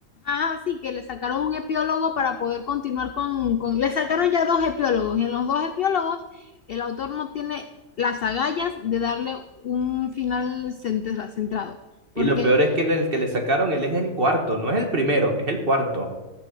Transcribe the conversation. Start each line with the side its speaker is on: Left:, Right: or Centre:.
Left: Ah, sí, que le sacaron un epiólogo para poder continuar con, con- Le sacaron ya dos epiólogos y en los dos epiólogos el autor no tiene las agallas de darle un final centra- centrado,
Right: Y
Left: porque
Right: lo peor es que el, el que le sacaron, él es el cuarto, no es el primero, es el cuarto.